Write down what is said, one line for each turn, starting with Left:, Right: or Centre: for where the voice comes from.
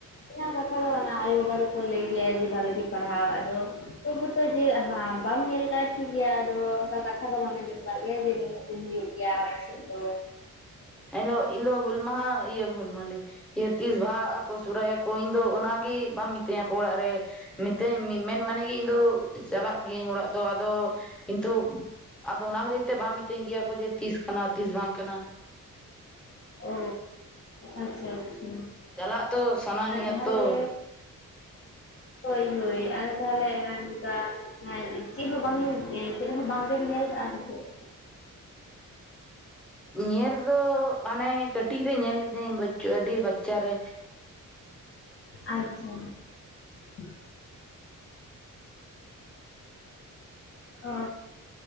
Left: ᱚᱱᱟ ᱠᱟᱛᱷᱟ ᱫᱚ ᱚᱱᱟ ᱟᱭᱳ-ᱵᱟᱵᱟ ᱠᱚ ᱞᱟᱹᱭ ᱜᱮᱭᱟ ᱡᱮ ᱵᱷᱟᱜᱤ ᱴᱷᱤᱠ ᱯᱟᱲᱦᱟᱜ ᱟᱫᱚ ᱛᱚᱵᱩ ᱛᱚ ᱡᱮ ᱟᱦᱟ ᱵᱟᱢ ᱧᱮᱞ ᱠᱟᱭ ᱴᱷᱤᱠ ᱜᱮᱭᱟ ᱟᱫᱚ ᱚᱱᱠᱟ ᱠᱟᱛᱷᱟ ᱠᱚ ᱵᱟᱢ ᱟᱸᱡᱚᱢ ᱫᱟᱲᱮᱭᱟᱜ ᱡᱮ ᱱᱩᱱᱟᱹᱜ <inaudible> ᱦᱩᱭᱩᱜ ᱜᱮᱭᱟ ᱟᱞᱮ ᱥᱮᱫ ᱫᱚ
Centre: ᱮᱫᱚ ᱤᱧ ᱫᱚ ᱦᱩᱞ ᱢᱟᱦᱟ ᱤᱭᱟᱹ ᱢᱟᱞᱮ ᱛᱤᱥ ᱵᱟᱦᱟ ᱟᱠᱚ ᱥᱚᱨᱦᱟᱭ ᱟᱠᱚ ᱤᱧ ᱫᱚ ᱚᱱᱟᱜᱮ ᱵᱟᱢ ᱢᱤᱛᱟᱹᱧᱟ ᱠᱚ ᱚᱲᱟᱜ ᱨᱮ ᱢᱤᱫ ᱛᱤᱧ ᱢᱮᱱ ᱢᱟᱱᱮ ᱜᱮ ᱤᱧ ᱫᱚ ᱪᱟᱞᱟᱜ ᱜᱤᱭᱟᱹᱧ ᱚᱲᱟᱜ ᱫᱚ ᱟᱫᱚ ᱠᱤᱱᱛᱩ ᱟᱫᱚ ᱚᱱᱟ ᱦᱟᱹᱛᱤᱨ ᱛᱮ ᱵᱟᱝ ᱢᱤᱛᱟᱹᱧ ᱜᱮᱭᱟ ᱠᱚ ᱡᱮ ᱛᱤᱥ ᱠᱟᱱᱟ ᱛᱤᱥ ᱵᱟᱝ ᱠᱟᱱᱟ
Left: ᱚᱻ ᱟᱪᱪᱷᱟ ᱟᱪᱪᱷᱟ
Centre: ᱪᱟᱞᱟᱜ ᱛᱚ ᱥᱟᱱᱟᱱ
Left: ᱟᱨ
Centre: ᱱᱤᱭᱟ
Left: ᱛᱟᱦᱚᱞᱮ
Centre: ᱛᱚ
Left: ᱦᱳᱭ ᱦᱳᱭ ᱟᱨ ᱛᱟᱦᱚᱞᱮ ᱱᱚᱝᱠᱟ ᱪᱮᱫ ᱦᱚᱸ ᱵᱟᱝ ᱪᱮᱫ ᱦᱚᱸ ᱵᱟᱝ ᱜᱮᱢ ᱧᱮᱞ ᱠᱟᱜ-ᱟ ᱥᱮ ᱪᱮᱫ
Centre: ᱧᱮᱞ ᱫᱚ ᱦᱟᱱᱮ ᱠᱟᱹᱴᱤᱡ ᱨᱮ ᱧᱮᱞ ᱞᱤᱫᱟᱹᱧ ᱵᱟᱹᱪᱩᱜ ᱟᱹᱰᱤ ᱵᱟᱪᱪᱟᱨᱮ᱾
Left: ᱟᱪᱪᱷᱟ᱾ <unintelligible> ᱚᱻ